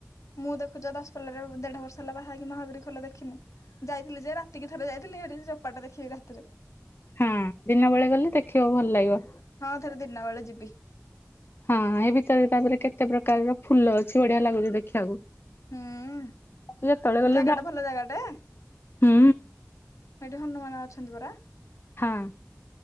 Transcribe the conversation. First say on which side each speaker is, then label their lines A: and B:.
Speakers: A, on the left; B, on the left.
A: ମୁଁ ଦେଖୁଛ ଦଶପଲାରେ ଦେଢ ବର୍ଷ ହେଲା ବାହା ହେଇକି ମହାବୀର ଖୋଲ ଦେଖିନି। ଯାଇଥିଲି ଯେ ରାତିକି ଥରେ ଯାଇଥିଲି ହେଠି ଚୋପାଟା ଦେଖିବି ରାତିରେ।
B: ହଁ। ଦିନ ବେଳେ ଗଲେ ଦେଖିବାକୁ ଭଲ ଲାଗିବ।
A: ହଁ ଥରେ ଦିନ ବେଳେ ଯିବି।
B: ହଁ, ଏ ଭିତରେ ତାପରେ କେତେ ପ୍ରକାରର ଫୁଲ ଅଛି ବଢିଆ ଲାଗୁଛି ଦେଖିବାକୁ।
A: ହଁ।
B: ଯେତେବେଳେ
A: ସେ
B: ଗଲେ
A: ଜାଗାଟା
B: ଡା
A: ଭଲ ଜାଗାଟା। ସେଇଠି
B: ହୁଁ
A: ହନୁମାନ ଅଛନ୍ତି ପରା।
B: ହଁ।